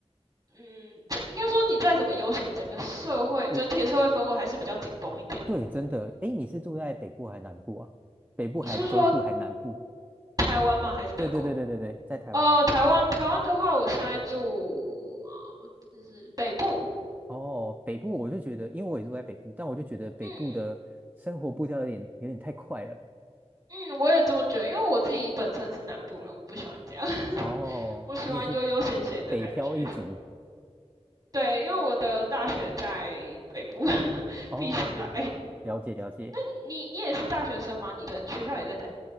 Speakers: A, on the right; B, on the right.
A: 嗯，这应该说你再怎么悠闲，整个社会整体的社会氛围还是比较紧绷一点。
B: 哦。我对，真的，诶，你是住在北部还是南部啊？北部还中部还南部？
A: 你是说台湾吗？还是德国？
B: 对对对对对对，在台湾。
A: 哦，台湾台湾的话，我现在住呃就是北部，
B: 哦，北部我就觉得，因为我也住在北部，但我就觉得北部的生活步调有点有点太快了。
A: 嗯嗯嗯，我也这么觉得，因为我自己本身是南部人，我不喜欢这样，<laughs>
B: 哦，
A: 我喜欢悠悠闲闲的感觉。
B: 你也是北漂一族。
A: 对，因为我的大学在北部，<laughs>
B: 哦，
A: 必须来。
B: 了解了解。
A: 那你你也是大学生吗？你的学校也在台